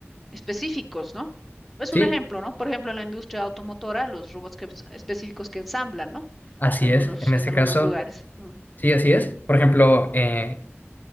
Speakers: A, in the centre; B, on the left (about 40°).
A: específicos, ¿no? Es
B: Sí,
A: un ejemplo, ¿no? Por ejemplo, en la industria automotora, los robots que ens- específicos que ensamblan, ¿no?
B: así
A: Algunos,
B: es, en
A: en
B: este
A: algunos
B: caso,
A: lugares. Mm,
B: sí, así es. Por ejemplo, eh,